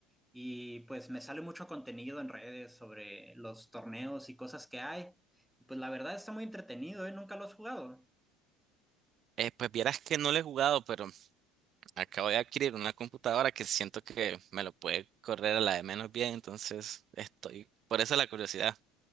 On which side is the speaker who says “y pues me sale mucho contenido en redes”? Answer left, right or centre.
Centre